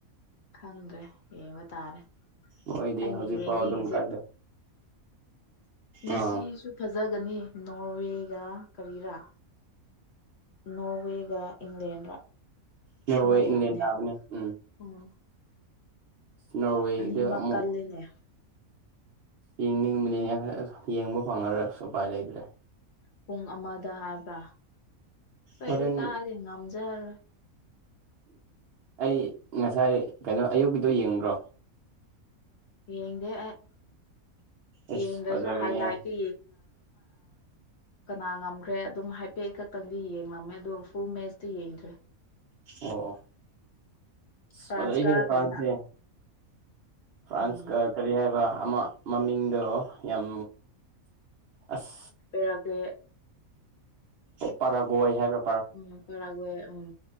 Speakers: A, on the left; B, on the right.
A: ꯈꯪꯗ꯭ꯔꯦ ꯌꯦꯡꯕ ꯇꯥꯔꯦ
B: ꯃꯣꯏꯗꯤ
A: ꯑꯩꯅ
B: ꯍꯧꯖꯤꯛ
A: ꯌꯦꯡꯅꯤꯡꯉꯤꯁꯦ
B: ꯐꯥꯎ ꯑꯗꯨꯝ ꯀꯜꯂꯦ
A: ꯉꯁꯤꯁꯨ
B: ꯑꯥ
A: ꯐꯖꯒꯅꯤ ꯅꯣꯔꯋꯦꯒ ꯀꯔꯤꯔꯥ ꯅꯣꯔꯋꯦꯒ ꯏꯪꯂꯦꯟꯒ
B: ꯅꯣꯔꯋꯦ
A: ꯑꯃ ꯂꯩꯕꯅꯦ
B: ꯏꯪꯂꯦꯟ ꯇꯥꯕꯅꯦ ꯎꯝ
A: ꯎꯝ
B: ꯅꯣꯔꯋꯦꯒꯤꯗ
A: ꯑꯅꯤꯃꯛ
B: ꯑꯃꯨꯛ
A: ꯀꯜꯂꯤꯅꯦ
B: ꯌꯦꯡꯅꯤꯡꯕꯅꯤꯅꯦ ꯌꯦꯡꯕ ꯐꯪꯉꯔꯁꯨ ꯎꯄꯥꯏ ꯂꯩꯗ꯭ꯔꯦ
A: ꯄꯨꯡ ꯑꯃꯗ ꯍꯥꯏꯕ꯭ꯔꯥ ꯑꯩꯣꯏꯗꯤ
B: ꯍꯣꯔꯦꯟ
A: ꯀꯥꯏꯗꯤ ꯉꯝꯖꯔꯔꯣꯏ
B: ꯑꯩ ꯉꯁꯥꯏ ꯀꯩꯅꯣ ꯑꯌꯨꯛꯀꯤꯗꯣ ꯌꯦꯡꯕ꯭ꯔꯣ
A: ꯌꯦꯡꯗꯦ ꯑꯩ
B: ꯑꯁ
A: ꯌꯦꯡꯗ꯭ꯔꯁꯨ
B: ꯐꯖꯕꯅꯦ
A: ꯍꯥꯏ ꯂꯥꯏꯠꯇ ꯀꯅꯥ ꯉꯝꯈ꯭ꯔꯦ ꯑꯗꯨꯝ ꯍꯥꯏꯐꯦꯠ ꯈꯛꯇꯪꯗꯤ ꯌꯦꯡꯂꯝꯃꯦ ꯑꯗꯨꯒ ꯐꯨꯜ ꯃꯦꯁꯇ ꯌꯦꯡ <unintelligible>
B: ꯑꯣ
A: ꯐ꯭ꯔꯥꯟꯁ
B: ꯐꯖꯩꯍꯦ
A: ꯀꯥꯈ꯭ꯔꯦꯅ
B: ꯄꯥꯟꯁꯦ ꯐ꯭ꯔꯥꯟꯁꯀ
A: ꯎꯝ
B: ꯀꯔꯤ ꯍꯥꯏꯕ ꯑꯃ ꯃꯃꯤꯡꯗꯣ ꯌꯥꯝ ꯑꯁ
A: ꯄꯔꯒ
B: ꯄꯔꯥꯒꯏ ꯍꯥꯏꯦ
A: ꯎꯝ ꯐꯔꯒꯋꯦ ꯎꯝ